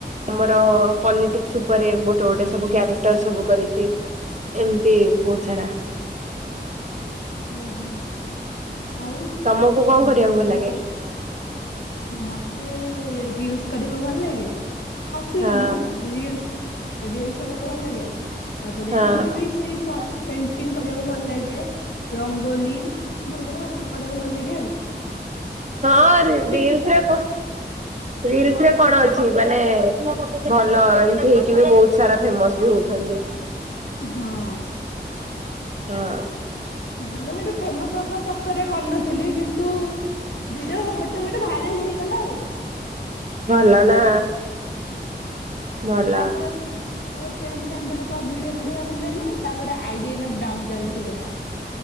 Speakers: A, on the right; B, on the left.
A: ଆମର ପଲିଟିକସ ଉପରେ ଗୋଟେ ଗୋଟେ ସବୁ କ୍ୟାରେକ୍ଟର ସବୁ କରିଛି ଏମିତି ବହୁତ ସାରା।
B: ଓହୋ। ଆଉ
A: ତମକୁ କଣ କରିବାକୁ
B: ଯୋଉ
A: ଭଲ
B: କଣ
A: ଲାଗେ?
B: କହୁ ମତେ ରିଲସ କରିବାକୁ ଭଲ ଲାଗେ। ହସିବନି
A: ହଁ
B: ହେଲା ରିଲସ ରିଲସ କରିବାକୁ ଭଲ ଲାଗେ ତାପରେ
A: ହଁ
B: ମତେ ବି ସେଇ ପେଣ୍ଟି
A: ହଁ।
B: କରିବାକୁ ଭଲ ଲାଗେ ରଙ୍ଗୋଲି ବଗେରା କରିବାକୁ ଭଲ ଲାଗେ ଆଉ।
A: ହଁ ରି
B: ଟି
A: ରିଲସରେ ରିଲସ ରେ କଣ ଅଛି ମାନେ ଭଲ ଏମତି ହେଇକି ବି ବହୁତ ସାରା ଫେମସ ବି ହଉଛନ୍ତି।
B: ହଁ।
A: ହଁ।
B: <inaudible> ଫେମସ ହବ ଚାକରେ <inaudible> ଥିଲି କିନ୍ତୁ ଭିଡିଓ ଗୋଟେ ଗୋଟେ ଭାଇରାଲ ହେଇଗଲା ଆଉ
A: ଭଲ ନା ଭଲ
B: ତାପରେ ତାପରେ ଟେଣ୍ଟ ଟାଇମ୍ ବେଳକୁ ଭିଡିଓ ଭିଡି ହେଲଣିି ତାପରେ ଆଇଡିଆ ଡାଉନ ଚାଲିଛି ପୁରା